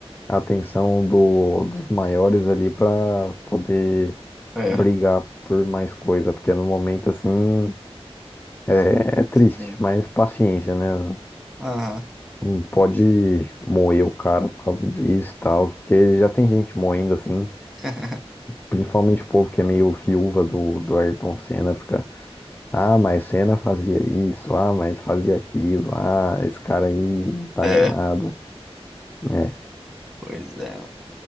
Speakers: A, on the left; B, in the centre.
A: a atenção do- dos maiores ali pra poder
B: É.
A: brigar por mais coisa, porque no momento assim É, é triste,
B: Sim.
A: mas paciência, né?
B: Aham.
A: Não pode moer o cara por causa disso e tal, porque já tem gente moendo assim,
B: <laughs>
A: principalmente o povo que é meio viúva do, do Ayrton Senna, fica, ah, mas Senna fazia isso, ah, mas fazia aquilo, ah, esse cara aí não tá
B: É,
A: de nada. É,
B: pois é.